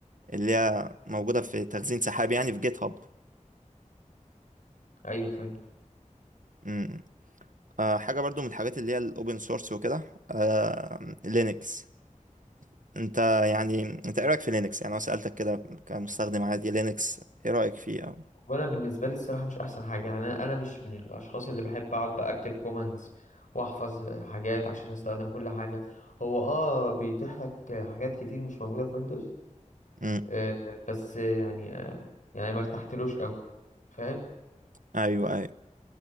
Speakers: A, on the right; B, on the left.
A: اللي هي موجودة في تخزين سحابي يعني في جيت هاب
B: ايوه فهمت
A: امم. آه حاجة برضو من الحاجات اللي هي الاوبن سورس وكده آه لينكس انت يعني انت ايه رأيك في لينكس يعني انا سألتك كده كمستخدم عادي لينكس ايه رأيك فيه او
B: وانا بالنسبه لي الصراحه مش احسن حاجه يعني انا أنا مش من الاشخاص اللي بحب اقعد بقى اكتب كومنتس واحفظ حاجات عشان استخدم كل حاجه هو اه بيتيح لك حاجات كتير مش موجوده في ويندوز
A: امم.
B: آه بس يعني آه يعني ما ارتحتلوش قوي فاهم
A: ايوه ايوه